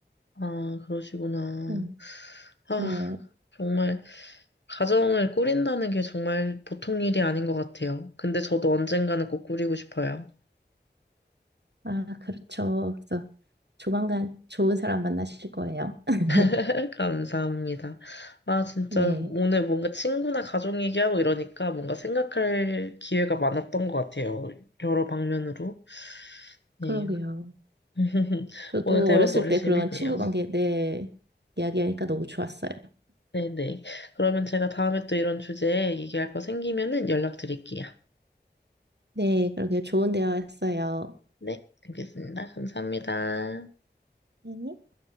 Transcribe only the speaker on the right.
음,
네.
아, 그렇죠. 그래서 조만간 좋은 사람 만나실 거예요. <laughs>
네,
그러게요.
저도
어렸을
때
그런 친구 관계, 네, 이야기하니까 너무 좋았어요.
네, 그러게요. 좋은 대화였어요.
네.